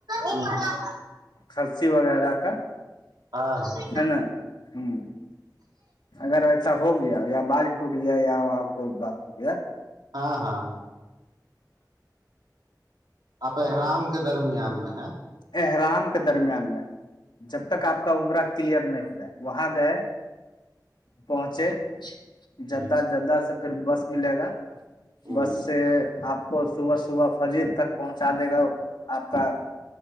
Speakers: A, on the right; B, on the left.
A: <inaudible>
B: کرسی وغیرہ کا
A: ہاں
B: ہے نا ہ اگر ایسا ہو گیا یا بال ٹوٹ گیا یا آ خو باس ہو گ
A: ہاں ہاں احرام کے درمیان میں ہے
B: احرام کے درمیان میں جب تک آپ کا عمرہ کلیئر نہیں ہو جائے وہاں گئے پہنچے
A: ہ
B: جدہ جدہ سے پھر بس ملے گا
A: ا
B: بس سے آپ کو صبح صبح فجیر تک پہنچا دے گا آپ کا